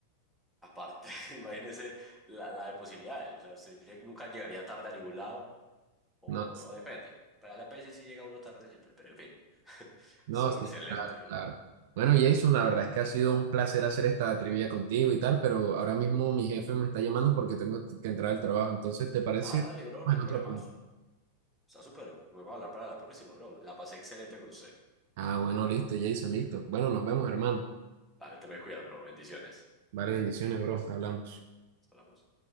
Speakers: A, in the centre; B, on the right (about 50°).
A: Aparte, <laughs> imagínese la, la de posibilidades. O sea, usted lleg- nunca llegaría tarde a ningún lado. O,
B: no
A: o depende. Para la EPS sí llega uno tarde siempre. Pero en fin. <laughs>
B: No,
A: Estuvo
B: sí,
A: excelente,
B: claro,
A: bro.
B: claro. Bueno, Jason, la verdad es que ha sido un placer hacer esta trivia contigo y tal, pero ahora mismo mi jefe me está llamando porque tengo que entrar al trabajo. Entonces, ¿te parece?
A: Ah, dale,
B: si
A: bro.
B: vamos
A: No hay
B: En
A: problemas.
B: otro punto.
A: Está súper. Me va a hablar para la próxima, bro. La pasé excelente con usted.
B: Ah, bueno, listo, Jason, listo. Bueno, nos vemos, hermano.
A: Dale, te me cuidas, bro. Bendiciones.
B: Vale, bendiciones, bro. Hablamos.
A: Hablamos.